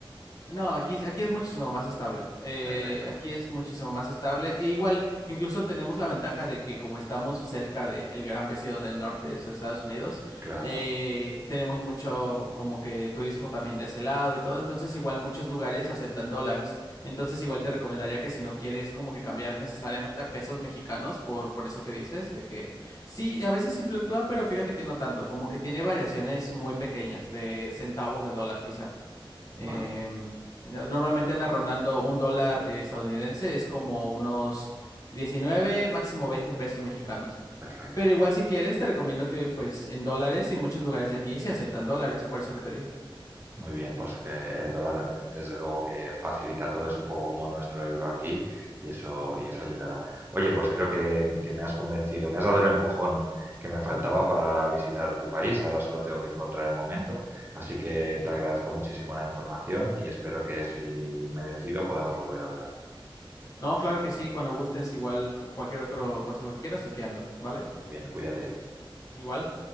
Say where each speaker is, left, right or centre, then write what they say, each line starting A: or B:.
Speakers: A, on the left; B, on the right.
A: No, aquí, aquí es muchísimo más estable. Eh,
B: Perfecto.
A: aquí es muchísimo más estable. E igual, incluso tenemos la ventaja de que como estamos cerca del gran vecino del norte, es Estados Unidos,
B: Claro.
A: eh, tenemos mucho como que turismo también de ese lado y todo. Entonces, igual muchos lugares aceptan dólares. Entonces, igual te recomendaría que si no quieres como que cambiar necesariamente a pesos mexicanos por, por eso que dices, de que sí, a veces sí fluctúa, pero fíjate que no tanto, como que tiene variaciones muy pequeñas de centavos de dólar quizá.
B: Vale.
A: Em, no- normalmente anda rondando un dólar eh, estadounidense, es como unos 19 máximo 20 pesos mexicanos.
B: Perfecto.
A: Pero igual si quieres, te recomiendo que pues en dólares y muchos lugares de aquí se aceptan dólares, por eso que te digo.
B: Muy bien, pues que el
A: Ujú,
B: dólar desde luego que facilita todo, es un poco como nuestro euro aquí y eso,
A: ujú.
B: y eso ayudará. Oye, pues creo que, que me has convencido, me has dado el empujón que me faltaba
A: Ujú.
B: para visitar tu país, ahora solo tengo que encontrar el momento, así que te agradezco muchísimo la información y espero que si me decido podamos volver a hablar.
A: No, claro que sí, cuando gustes, igual o cualquier otro consejo que quieras, aquí ando, ¿vale?
B: Muy bien, cuídate.
A: Igual.